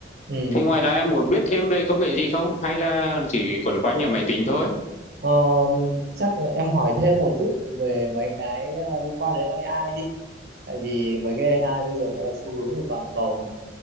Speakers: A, on the right; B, on the left.
A: Ừ.
B: Thế ngoài ra em muốn biết thêm về công nghệ gì không? Hay là chỉ quẩn quanh nhà máy tính thôi?
A: Ờ, chắc là em hỏi thêm một chút về mấy cái ờ, liên quan đến AI đi. Tại vì mấy cái AI bây giờ nó là xu hướng của toàn cầu mà.